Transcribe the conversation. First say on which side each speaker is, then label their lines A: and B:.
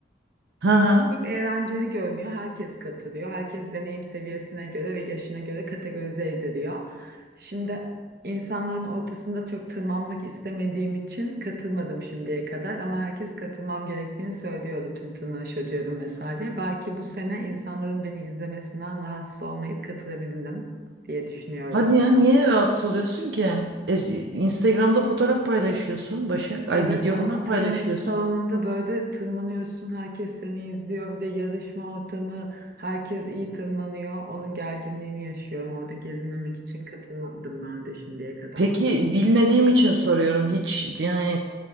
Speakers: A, on the right (about 80°); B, on the right (about 55°).
A: Ha ha.
B: Çok eğlenceli görünüyor. Herkes katılıyor. Herkes deneyim seviyesine göre ve yaşına göre kategorize ediliyor. Şimdi insanların ortasında çok tırmanmak istemediğim için katılmadım şimdiye kadar ama herkes katılmam gerektiğini söylüyordu tüm tırmanış hocalarım vesaire. Belki bu sene insanların beni izlemesinden rahatsız olmayıp katılabildim diye düşünüyordum.
A: Hadi ya niye rahatsız oluyorsun ki? E, Instagram'da fotoğraf paylaşıyorsun Başak.
B: Evet
A: Ay video
B: ama
A: falan
B: tırmanış
A: paylaşıyorsun.
B: salonunda böyle tırmanıyorsun, herkes seni izliyor. Bir de yarışma ortamı, herkes iyi tırmanıyor. Onun gerginliğini yaşıyorum. Orada gerilmemek için katılmadım ben de şimdiye kadar.
A: Peki bilmediğim için soruyorum. Hiç yani